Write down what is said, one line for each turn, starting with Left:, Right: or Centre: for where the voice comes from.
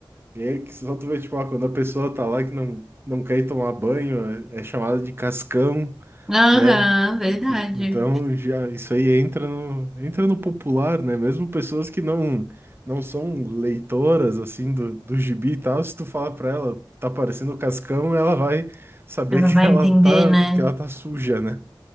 Right: e é que só tu vê, tipo, ah, quando a pessoa tá lá que não, não quer ir tomar banho, é, é chamada de cascão.
Centre: Aham,
Right: né?
Centre: verdade.
Right: Que, então já isso aí entra no entra no popular, né? Mesmo pessoas que não não são leitoras assim do, do gibi e tal, se tu falar pra ela, tá parecendo o Cascão, ela vai saber
Centre: Ela
Right: que
Centre: vai
Right: ela
Centre: entender,
Right: tá
Centre: né?
Right: que ela tá suja, né?